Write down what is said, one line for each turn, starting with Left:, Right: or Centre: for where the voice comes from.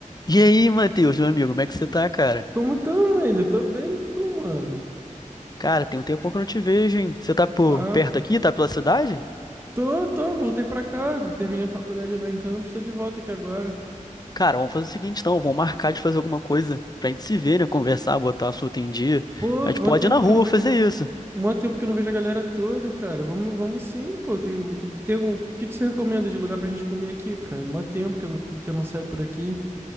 Left: E aí, Matheus, meu amigo, como é que você tá, cara?
Right: Como tamo ainda? Tô bem, tô, mano.
Left: Cara, tem um tempo que eu não te vejo, hein? Você tá por
Right: Papo.
Left: perto aqui? Tá pela cidade?
Right: Tô, tô, voltei pra cá. Terminei a faculdade lá em Campos, tô de volta aqui agora.
Left: Cara, vamos fazer o seguinte, então, vamos marcar de fazer alguma coisa pra gente se ver, né? Conversar, botar o assunto em dia.
Right: Pô,
Left: A gente
Right: mó
Left: pode
Right: tempo
Left: ir na rua
Right: que eu não vejo.
Left: fazer isso.
Right: a- Mó tempo que eu não vejo a galera toda, cara. Vamos, vamos sim, pô. Tem, tem, tem algum- o que que você recomenda de lugar pra gente comer aqui, cara? Mó tempo que eu não, que eu não saio por aqui.